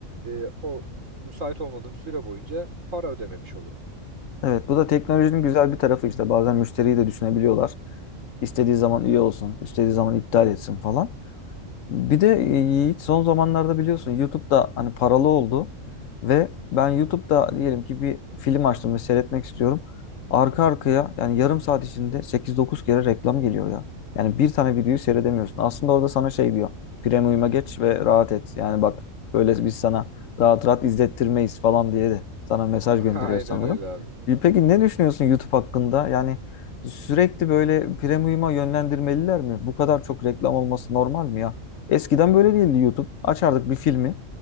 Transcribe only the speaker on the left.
Evet, bu da teknolojinin güzel bir tarafı işte. Bazen müşteriyi de düşünebiliyorlar. İstediği zaman üye olsun, istediği zaman iptal etsin falan. Bir de e, Yiğit son zamanlarda biliyorsun YouTube'da hani paralı oldu ve ben YouTube'da diyelim ki bir film açtım ve seyretmek istiyorum. Arka arkaya yani yarım saat içinde 8-9 kere reklam geliyor ya. Yani bir tane videoyu seyredemiyorsun. Aslında orada sana şey diyor. Premium'a geç ve rahat et. Yani bak böyle biz sana rahat rahat izlettirmeyiz falan diye de sana mesaj
gönderiyor
sanırım.
E Peki ne düşünüyorsun YouTube hakkında? Yani sürekli böyle premium'a yönlendirmeliler mi? Bu kadar çok reklam olması normal mi ya? Eskiden böyle değildi YouTube. Açardık bir filmi.